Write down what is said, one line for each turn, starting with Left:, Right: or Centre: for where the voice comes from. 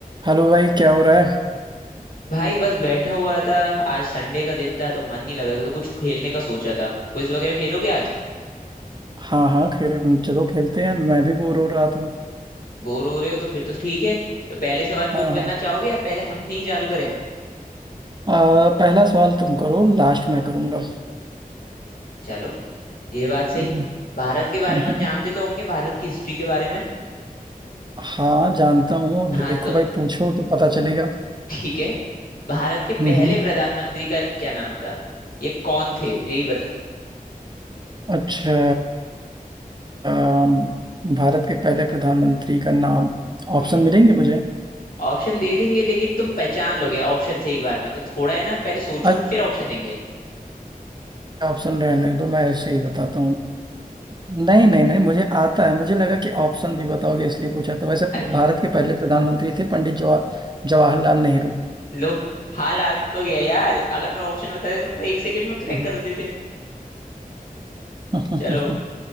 Right: Hello भाई क्या हो रहा है
Left: भाई बस बैठा हुआ था आज संडे का दिन था तो मन नहीं लग रहा था तो कुछ खेलने का सोचा था क्विज वगैरह खेलोगे आज
Right: हाँ हाँ खेल चलो खेलते हैं यार मैं भी बोर हो रहा था
Left: बोर हो रहे हो तो फिर तो ठीक है तो पहले सवाल
Right: हाँ
Left: तुम करना
Right: हाँ
Left: चाहोगे या पहले हमसे ही चालू करें
Right: आ, पहला सवाल तुम करो लास्ट मैं करूंगा
Left: चलो ये बात सही
Right: हम्म, हम्म,
Left: भारत के बारे में
Right: हम्म।
Left: जानते तो होंगे भारत की हिस्ट्री के बारे में
Right: हाँ जानता हूँ अब
Left: हाँ
Right: देखो
Left: तो
Right: भाई पूछो तो पता चलेगा
Left: ठीक है भारत के
Right: हम्म
Left: पहले
Right: हम्म।
Left: प्रधानमंत्री का क्या नाम था ये कौन थे यही बता
Right: अच्छा अम, भारत के पहले प्रधानमंत्री का नाम
Left: हम्म
Right: ऑप्शन मिलेंगे मुझे
Left: ऑप्शन दे देंगे लेकिन तुम पहचान लोगे ऑप्शन से एक बार में तो थोड़ा है ना पहले सोचो
Right: अच्छा
Left: फिर ऑप्शन देंगे
Right: ऑप्शन रहने दो मैं ऐसे ही बताता हूँ नहीं नहीं नहीं मुझे आता है मुझे लगा कि ऑप्शन भी बताओगे इसलिए पूछा था वैसे
Left: अरे
Right: भारत के पहले प्रधानमंत्री थे पंडित जवा जवाहरलाल नेहरू
Left: लो हाल आ तो गया यार अगर मैं ऑप्शन बताते तुम तो एक सेकंड में क्रैक
Right: हम्म, हम्म।
Left: कर देते
Right: <laughs>
Left: चलो